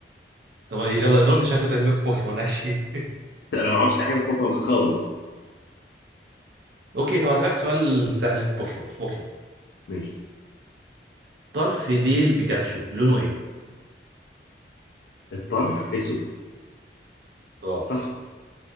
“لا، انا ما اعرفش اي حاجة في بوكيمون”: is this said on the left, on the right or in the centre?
Left